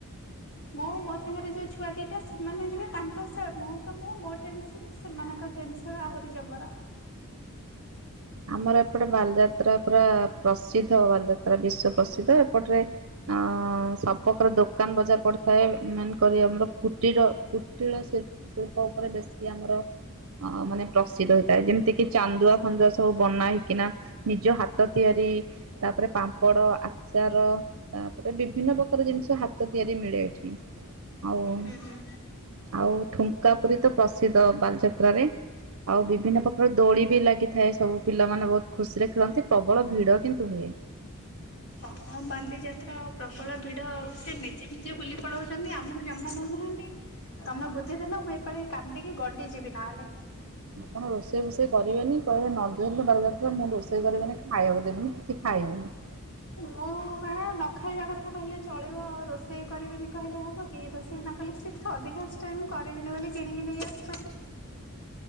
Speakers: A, on the left; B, on the right.
A: ମୁଁ ମୋ ସାଙ୍ଗରେ ଯୋଉ ଛୁଆ ଦିଟା ସେମାନେ ଯିବେ ତାଙ୍କ ସେବୁ ତ ମୁଁ ମୋ ଟେନସନ୍ ସେମାନଙ୍କ ଟେନସନ୍ ଆହୁରି ଯବର।
B: ଆମର ଏପଟେ ବାଲିଯାତ୍ରା ପୁରା ପ୍ରସିଦ୍ଧ ବାଲିଯାତ୍ରା ବିଶ୍ଵ ପ୍ରସିଦ୍ଧ ଏପଟରେ ଆ ସବକାର ଦୋକାନ ବଜାର ପଡିଥାଏ, ମେନ୍ କରି ଆମର କୁଟୀର କୁଟୀର ଶିଳ ଶିଳ୍ପ ଉପରେ ବେଶୀ ଆମର ଅ ମାନେ ପ୍ରସିଦ୍ଧ ହେଇଥାଏ ଯେମିତି କି ଚାନ୍ଦୁଆ ଫାନ୍ଦୁଆ ସ ସବୁ ବନା ହେଇକିନା ନିଜ ହାତ ତିଆରି ତାପରେ ପାମ୍ପଡ଼, ଆଚାର ତାପରେ ବିଭିନ୍ନ ପ୍ରକାର ଜିନିଷ ହାତ ତିଆରି ମିଳେ ଏଠି। ଆଉ
A: ହୁଁ ହୁଁ
B: ଆଉ ଠୁଙ୍କା ପୁରୀ ତ ପ୍ରସିଦ୍ଧ ବାଲିଯାତ୍ରାରେ। ଆଉ ବିଭିନ୍ନ ପ୍ରକାର ଦୋଳି ବି ଲାଗିଥାଏ। ସବୁ ପିଲାମାନେ ବହୁତ ଖୁସିରେ ଖେଳନ୍ତି, ପ୍ରବଳ ଭିଡ଼ କିନ୍ତୁ ହୁଏ।
A: ହଁ ବାଲିଯାତ୍ରା ପ୍ରବଳ ଭିଡ ଆଉ ସେ ନିଜେ ନିଜେ ବୁଲି ପଳାଉଚନ୍ତି ଆମକୁ ଜମା ନଉନାହାନ୍ତି ତମେ ବୁଦ୍ଧିଦେଲ ମୁଁ ଏପାଳି କାନ୍ଦିକି ଗଡି ଯିବି ନହେଲେ।
B: ଆପଣ ରୋଷେଇ ଫୋଷେଇ କରିବେନି, କହିବେ ନଜରଲେ ବାଲିଯାତ୍ରା ମୁଁ ରୋଷେଇ କରିବିନି, ଖାଇବାକୁ ଦେବିନି, କିଛି ଖାଇବିନି।
A: ମୁଁ ବା ନ ଖାଇବା କଥା କହିଲେ ଚଳିବ ଆଉ ରୋଷେଇ କରିବିନି କହିଲେ ହବ କି ରୋଷେଇ ନ କଲେ ସି ଅଧିକାଂଶ ଟାଇମ୍ ମୁଁ କରିବିନି ବୋଲି କିଣିକି ନେଇ ଆସୁଚନ୍ତି।